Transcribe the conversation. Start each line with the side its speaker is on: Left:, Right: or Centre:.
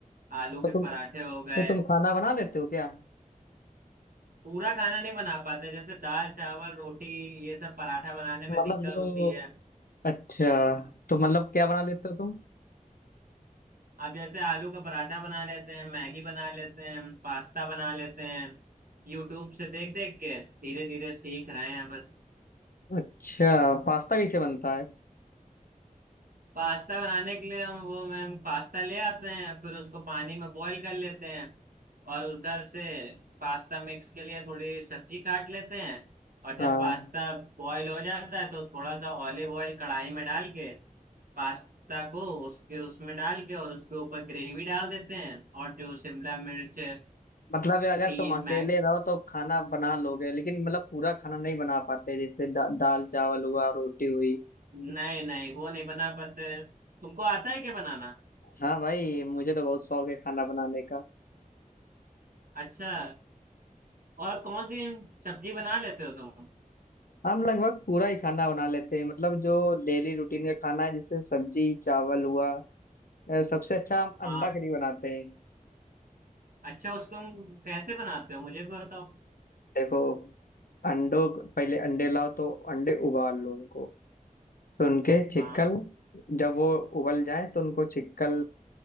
Right: आलू
Left: तो
Right: के
Left: तुम
Right: पराठे हो गए
Left: तो तुम खाना बना लेते हो क्या
Right: पूरा खाना नहीं बना पाते जैसे दाल चावल रोटी ये सब पराठा बनाने में
Left: मतलब
Right: दिक्कत
Left: जो
Right: होती है
Left: अच्छा तो मतलब क्या बना लेते हो तुम
Right: अब जैसे आलू का पराठा बना लेते हैं मैगी बना लेते हैं पास्ता बना लेते हैं यूट्यूब से देख देख के धीरे धीरे सीख रहे हैं बस
Left: अच्छा पास्ता कैसे बनता है
Right: पास्ता बनाने के लिए हम वो मैम पास्ता ले आते हैं फिर उसको पानी में बॉईल कर लेते हैं और उधर से पास्ता मिक्स के लिए थोड़ी सब्जी काट लेते हैं और जब
Left: हाँ
Right: पास्ता बॉईल हो जाता है तो थोड़ा सा ऑलिव ऑयल कढ़ाई में डाल के पास्ता को उसके उसमें डाल के और उसके ऊपर ग्रेवी डाल देते हैं और जो शिमला मिर्च
Left: मतलब ये अगर
Right: खीर
Left: तुम अकेले
Right: मैं
Left: रहो तो खाना बना लोगे लेकिन मतलब पूरा खाना नहीं बना पाते जैसे दा, दाल चावल हुआ रोटी हुई
Right: नहीं नहीं वो नहीं बना पाते तुमको आता है क्या बनाना
Left: हाँ भाई मुझे तो बहुत शौक है खाना बनाने का
Right: अच्छा और कौन सी सब्जी बना लेते हो तुम
Left: हम लगभग पूरा ही खाना बना लेते हैं मतलब जो डेली रूटीन का खाना है जैसे सब्जी चावल हुआ अ, सबसे अच्छा हम
Right: हाँ
Left: अंडा करी बनाते हैं
Right: अच्छा उसको हम कैसे बनाते हो मुझे भी बताओ
Left: देखो अंडों को- पहले अंडे लाओ तो अंडे उबाल लो उनको तो उनके छिक्कल
Right: हाँ
Left: जब वो उबल जाए तो उनको छिक्कल